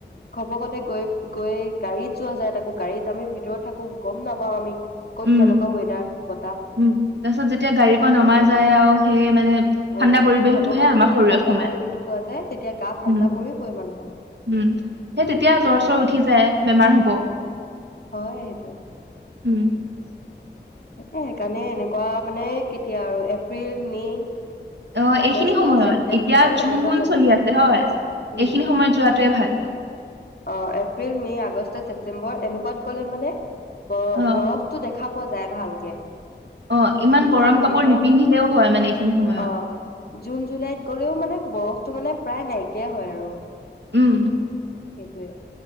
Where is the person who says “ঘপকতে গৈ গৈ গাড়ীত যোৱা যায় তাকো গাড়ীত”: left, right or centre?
Left